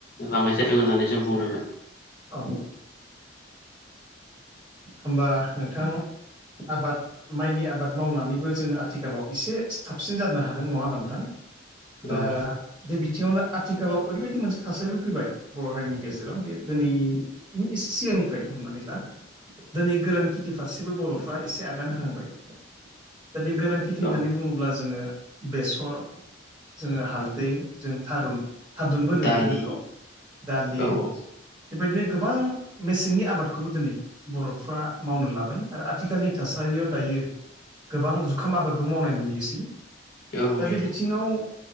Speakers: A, on the left; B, on the right.
A: बाङाय जादों होननानै जों बुंनांगोन।
B: औ। होमबा नोंथां आबाद। माइनि आबाद मावनानैबो जोङो आथिखालाव एसे साबसिन जानो हादों नङा होमबा नोंथां? दा
A: औ
B: देबिद। बिथिङावनो आथिखालाव ओरैबायदि मोनसे थासारिबो फैबाय बर' हारिनि गेजेराव बे दिनैनि एसे सिगां। फ्राय हमनानै ला। दिनै गोरान खेथि फारसेबो बर'फ्रा एसे आगान होहांबाय, ! दा बे गोरान खेथि होननानै
A: औ
B: बुङोब्ला जोङो बेसर जोङो हालदै जों थारुन थाददुनबो होनो
A: दालि
B: नोंथां बेखौ दालि
A: औ औ
B: बेबायदिनो गोबां मेसेंनि आबादखौबो दिनै बर'फ्रा मावनो लाबाय आरो आथिखालनि थासारियाव दायो। गोबां जुखाम आबादबो मावनाय नुयोसै।
A: औ
B: दा
A: नोंथां
B: बे बिथिङाव